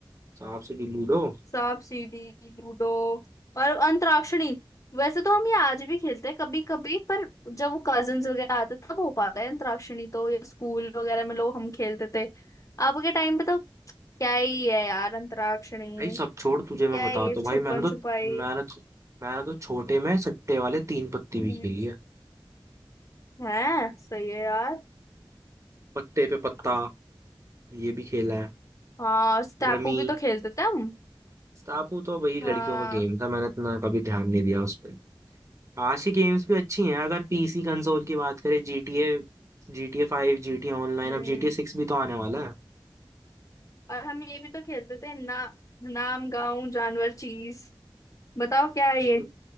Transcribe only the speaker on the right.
सांप सीढ़ी लूडो
भाई सब छोड़ तुझे मैं
बताता
हूँ
भाई मैंने तो
मैंने तो मैंने तो छोटे में सट्टे वाले तीन पत्ती
भी खेली है
पत्ते पे पत्ता ये भी खेला है
रमी
स्टापू तो भाई लड़कियों
का गेम था मैंने इतना कभी ध्यान नहीं दिया उस पर आज की गेम्स भी अच्छी हैं अगर पीसी कंसोल की बात करें GTA GTA फाइव GTA ऑनलाइन
अब GTA सिक्स भी तो आने वाला है
ये